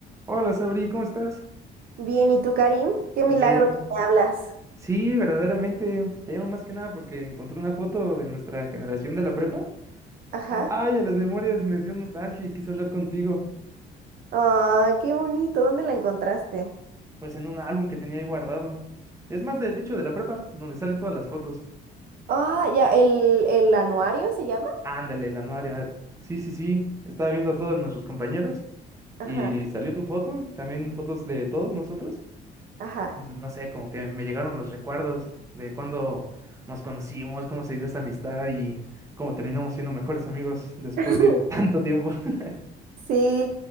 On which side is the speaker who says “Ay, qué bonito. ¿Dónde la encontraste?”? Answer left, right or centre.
Right